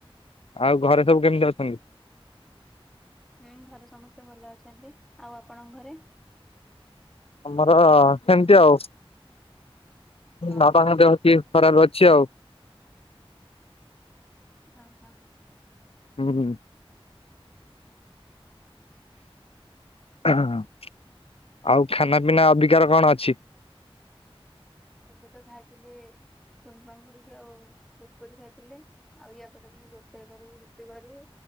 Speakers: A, on the left (about 75°); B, in the centre.
A: ଆଉ ଘରେ ସବୁ କେମିତି ଅଛନ୍ତି?
B: ହୁଁ ଘରେ ସମସ୍ତେ ଭଲ ଅଛନ୍ତି। ଆଉ ଆପଣଙ୍କ ଘରେ?
A: ହ ସେମିତି ଆଉ।
B: ଓହୋ
A: ବାପା ଙ୍କ ଦେହ ଟିକେ ଖରାପ ଅଛି ଆଉ।
B: ଓ ହୋ।
A: ହୁଁ ହୁଁ।
B: <inaudible>
A: ଆଉ ଖାନା ପିନା ଅବିକାର କଣ ଅଛି?
B: ଏବେ ତ ଖାଇଥିଲି ଶୁନ୍ ପାମ୍ପୁଡ଼ି କି ଆଉ କୁରକୁରି ଖାଇଥିଲି ଆଉ। ୟା ପରେ ଫୁଣି ରୋଷେଇ କରିବୁ ରୁଟି କରିବୁ